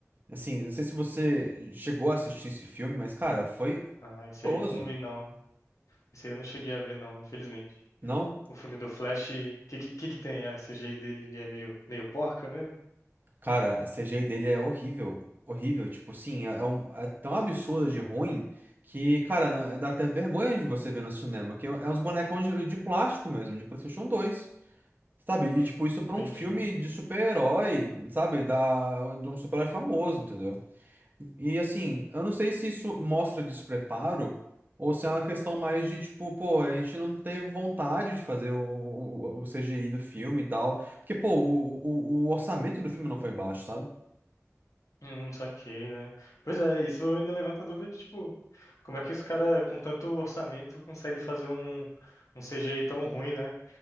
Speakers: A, on the right; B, on the left.
A: Assim, não sei se você chegou a assistir esse filme, mas, cara, foi
B: Ah, isso
A: Horroroso.
B: aí eu não vi, não. Isso aí eu não cheguei a ver, não, infelizmente.
A: Não,
B: O filme do Flash, o que, que, que que tem? A CGI dele ele é meio, meio porca mesmo?
A: cara, a CGI dele é horrível. Horrível, tipo assim, é, é um- é tão absurda de ruim que, cara, não- dá até vergonha de você ver no cinema, que é, é uns bonecão de, de plástico mesmo, de PlayStation 2, Sabe? E
B: Hum,
A: tipo, isso
B: entendi.
A: pra um filme de super-herói, sabe? Da, de um super-herói famoso, entendeu? E assim, eu não sei se isso mostra despreparo ou se é uma questão mais de tipo, pô, a gente não teve vontade de fazer o, o, o CGI do filme e tal. Porque, pô, o, o, o orçamento do filme não foi baixo, sabe?
B: Hum, saquei, né? Pois é, isso ainda levanta a dúvida de, tipo, como é que os caras com tanto orçamento conseguem fazer um, um CGI tão ruim, né?